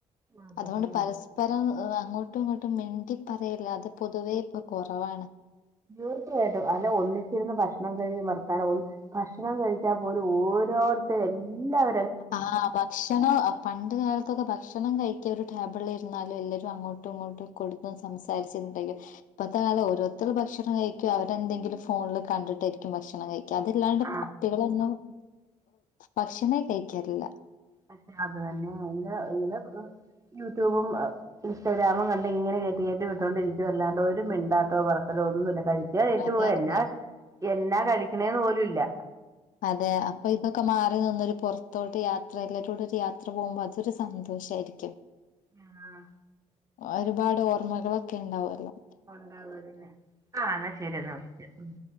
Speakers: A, on the right (about 20°); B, on the left (about 65°).
A: അതന്നെ
B: അതുകൊണ്ട് പരസ്പരം അങ്ങോട്ടും ഇങ്ങോട്ടും ട്ടി പറയില്ല അത് പൊതുവേ ഇപ്പൊ കുറവാണ്
A: ർത്തിയായിട്ടും അല്ല ഒണിച്ചിരുന്ന് ഭക്ഷണം കഴു ഭക്ഷണം കഴിച്ചാൽ പോലും ഓരോരുത്തും എല്ലാവ
B: ആ ഭക്ഷണോ പണ്ട്കാലത്തൊക്കെ ഭക്ഷ ഭക്ഷണം കഴിക്കുക ഒരു ടേബിളിൽ ഇരുന്നാലും എല്ലാവരും അങ്ങോട്ടും ഇങ്ങോട്ടും കൊടുത്ത സംസാരിട്ടുണ്ടെങ്കിൽ ഇപ്പഴത്തെ കാലം ഓരോരുത്തർ ഭക്ഷണം കഴിക്കും അവരെന്തെങ്കിലും ഫോണിൽ കണ്ടിട്ടായിരിക്കും ഭക്ഷണം കഴിക്കുക അതില്ലാണ്ട്
A: ആ,
B: കുട്ടികളൊന്നും ഭക്ഷണേ കഴി ക്കില്ല
A: പക്ഷെ അത് തന്നെ ഇല ഇലെ യൂട്യൂബും ഇൻസ്റ്റാഗ്രാമും കണ്ട് ഇങ്ങനെ കയറ്റ കയറ്റി വിട്ടുകോണ്ടിരിക്കുക അല്ലാണ്ട് ഒരു മിണ്ടാട്ടോ പറത്തലോ ഒന്നും ഇല്ല കഴി ഏറ്റ്
B: അതെ
A: പോവ എന്നാ
B: അതെ
A: എന്നാ കഴിക്കണേന്ന് പോലും. ഇല്ല
B: അതെയാ അപ്പൊ ഇതൊക്കെ മാറി നിന്നൊരു പൊറത്തോട്ട് യാത്ര എല്ലാരൂടെ ഒരു യാത്ര പോകുമ്പോ അതൊരു സന്തോഷായിരിക്കും.
A: ആഹ്
B: ഒരുപാട് ഓർമ്മകളൊക്കെ ഉണ്ടാവുല്ലോ
A: <unintelligible> ആ എന്നാ ശരി എന്നാ വിളിച്ചതിന്